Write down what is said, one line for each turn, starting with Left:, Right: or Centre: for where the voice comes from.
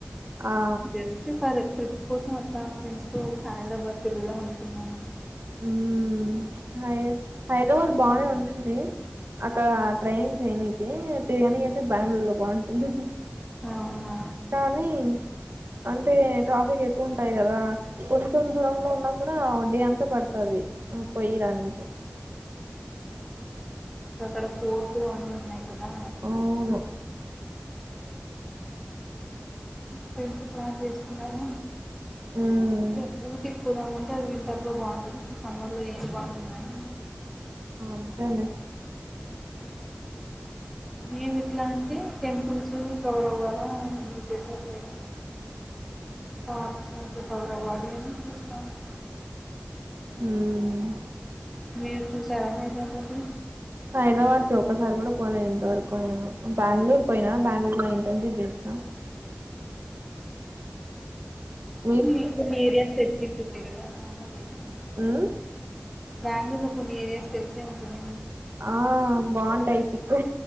Right: ఆ
Centre: జస్ట్ పరత్ ట్రిప్ కోసం అట్లా ఫ్రెండ్స్తో హైదరాబాద్ తిరుగుదాం అనుకున్నాను
Right: ఉమ్ హై హైదరాబాద్ బానే ఉంటుంది అక్కడ ట్రైనింగ్ చేయనికి తయడానికి అయితే బెంగళూరు లో బాగుంటుంది
Centre: అవునా
Right: కానీ అంటే ట్రాఫిక్ ఎక్కువ ఉంటాయి కదా కొంచెం దూరంలో ఉన్నా కూడా డే అంతా పడుతుది పోయరానికి
Centre: ఇంకా అక్కడ పోర్టు అన్నీ ఉన్నాయి కదా.
Right: ఔను
Centre: ఫ్రెన్సు ప్లాన్ జేస్తున్నారు
Right: ఉమ్
Centre: అంటే ఊటికి పోదామ అంటే అది వింటార్. లో బాఉంటది అన్పిస్ సమ్మర్ లో ఏది బావుంటుంది అని
Right: ఇంట్లోనే
Centre: మేమిట్లా అంటే టెంపుల్సూ కవర్ అవ్వాలా బీకేసాట్లేవైనా అచ్చ రికవర్ అవ్వాలీ అని చూస్తాదే
Right: హుమ్
Centre: మీరు చూసారా హైద్రాబాదు
Right: హైదరాబాద్ కి ఒక్కసారి కూడా పోలే ఎంతవరకు నేను బెంగళూర్ పోయినా బంగళూరు లో ఇంటర్న్షిప్ చేసినా ఊమ్
Centre: ఇప్పుడ్ మీరే తెచ్చుంటుంది కదా అహా లేదు లేదు
Right: ఉమ్
Centre: బ్యాంగ్లూర్ లో కొన్ని ఏరియాస్ తెలిసే ఉంటాది.
Right: ఆ బాగుంటాయి చిక్కు